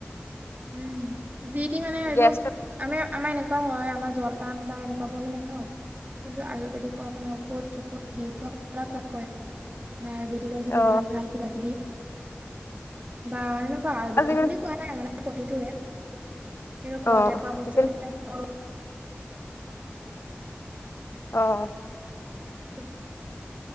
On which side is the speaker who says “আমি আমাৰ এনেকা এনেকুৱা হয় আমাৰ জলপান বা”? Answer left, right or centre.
Right